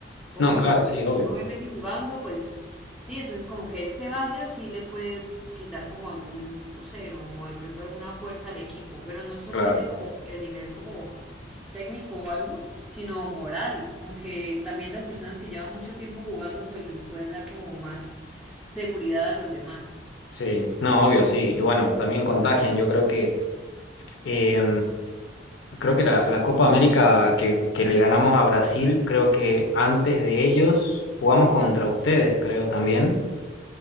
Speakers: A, in the centre; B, on the left.
A: Obvio,
B: No, claro,
A: porque
B: sí,
A: pues,
B: obvio.
A: uno ve a Messi jugando, pues sí, entonces como que él se vaya, sí le puede quitar como algún, no sé, como de pronto alguna fuerza al equipo, pero no solamente
B: Claro.
A: como a nivel como técnico o algo, sino moral, como que también las personas que llevan mucho tiempo jugando, pues les pueden dar como más seguridad a los demás.
B: Sí, no, obvio, sí. Y bueno, también contagian. Yo creo que eh, creo que la, la Copa América que, que le ganamos a Brasil, creo que antes de ellos jugamos contra ustedes, creo también.